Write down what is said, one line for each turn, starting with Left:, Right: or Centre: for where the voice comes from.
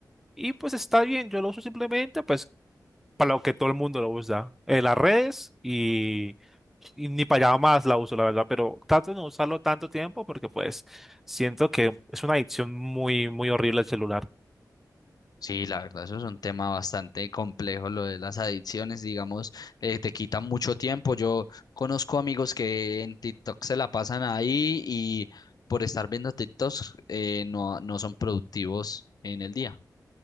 Centre: Y pues está bien, yo lo uso simplemente pues para lo que todo el mundo lo usa, en las redes y, y ni para allá más la uso, la verdad, pero trato de no usarlo tanto tiempo porque pues siento que es una adicción muy, muy horrible el celular.
Left: Sí, la verdad, eso es un tema bastante complejo, lo de las adicciones, digamos, eh, te quita mucho tiempo. Yo conozco amigos que en TikTok se la pasan ahí y por estar viendo TikToks eh, no, no son productivos en el día.